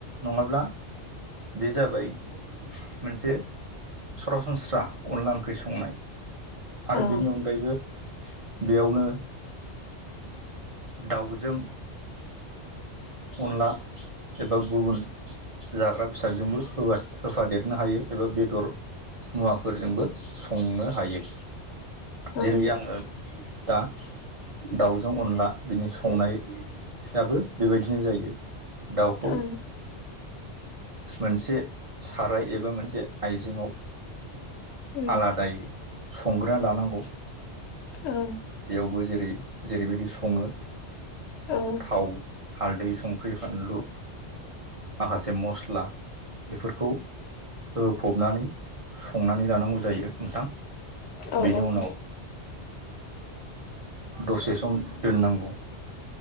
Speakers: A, on the right; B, on the left.
A: नङाब्ला बे जाबाय मोनसे सरासनस्रा अनला ओंख्रि संनाय। आरो
B: औ
A: बेनि अनगायैबो बेयावनो। दाउजों अनला एबा गुबुन जाग्रा बेसादजोंबो होबाय होफादेरनो हायो एबा बेदर। मुवाफोरजोंबो संनो हायो
B: ओं
A: जेरै- आङो दा दाउजों अनला बिनि संनायाबो बेबायदिनो जायो। दाउखौ
B: ओं
A: मोनसे। साराय एबा मोनसे आइजेेंआव
B: उम
A: आलादायै स संग्रोना लानांगौ।
B: औ
A: बेयावबो जेरै-जेरैबायदि सङो
B: औ
A: थाव हालदै सं संख्रि फानलु माखासे मस्ला बेफोरखौ होफबनानै। संनानै जानांगौ जायो नोंथां
B: औ
A: बेनि
B: उम
A: उनाव दसे सम दोननांगौ